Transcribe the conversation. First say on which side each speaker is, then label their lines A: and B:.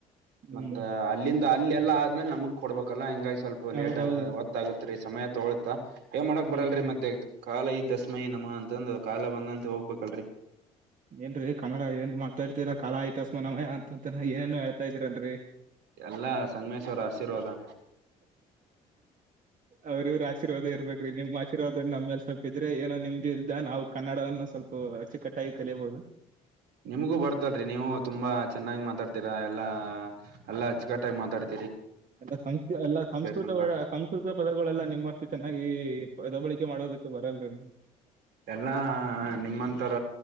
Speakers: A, on the right; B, on the right.
A: ಹ್ಮ್
B: ಮತ್ತ ಅಲ್ಲಿಂದ ಅಲ್ಲಿ ಎಲ್ಲಾ ಅದ್ಮೇಲೆ ನಮಗ್ ಕೊಡ್ಬೇಕಲ್ಲ ಹಂಗಾಗಿ ಸ್ವಲ್ಪ ಲೇಟಗ
A: ಹೌದೌದು
B: ಅರ್ಥ ಅಗತ್ರಿ ಸಮಯ ತೊಗಳತಾ ಏನ್ ಮಾಡಕ್
A: ಹ್ಮ್
B: ಬರಲ್ರಿ ಮತ್ತೆ ಕಾಲಯ ತಸ್ಮೈ ನಮಃ ಅಂತಂದು ಕಾಲ ಬಂದಂತೆ ಹೋಗ್ಬೇಕಲ್ರಿ
A: ಏನ್ರಿ ಕನ್ನಡ ಏನ್ ಮಾತಾಡ್ತೀರಾ ಕಾಲಾಯ ತಸ್ಮೈ ನಮಃ ಅಂತಾಂತಿರ ಏನೆನೂ ಹೇಳ್ತಾ ಇದೀರಲ್ರಿ
B: ಎಲ್ಲಾ ಸಮ್ಮೇಶ್ ಅವರ ಆಶೀರ್ವಾದ
A: ಅವ್ರ ಇವ್ರ ಆಶೀರ್ವಾದ ಇರ್ಬೇಕ್ರಿ ನಿಮ್ಮ ಅಶೀರ್ವಾದ ನಮ್ಮೇಲೆ ಸ್ವಲ್ಪ ಇದ್ರೆ ಏನೋ ನೆಮ್ಮದಿ ಇಂದ ನಾವು ಕನ್ನಡವನ್ನು ಸ್ವಲ್ಪ ಅಚ್ಚುಕ್ಕಟ್ಟಾಗಿ ಕಲಿಯಬಹುದು
B: ನಿಮಗೂ ಬರ್ತಲ್ರಿ ನೀವು ತುಂಬಾ ಚೆನ್ನಾಗಿ ಮಾತಾಡ್ತೀರಾ ಎಲ್ಲಾ ಎಲ್ಲಾ ಹಚ್ಚುಗಟಾಗಿ ಮಾತಾಡಿ
A: ಎಲ್ಲಾ ಸಂಸ್ಕೃತ ಎಲ್ಲ ಸಂಸ್ಕೃತ
B: ನಮ್ಗ
A: ಉಳ್ಳ ಸಂಸ್ಕೃತ ಪದಗಳೆಲ್ಲ ನಿಮ್ಮಷ್ಟು ಚೆನ್ನಾಗಿ ಪದ ಬಳಕೆ <unintelligible> ಮಾಡೋದಕ್ಕೆ ಬರಲ್ಲರಿ ನೀ
B: ಎಲ್ಲಾ ನಿಮ್ಮಂತರ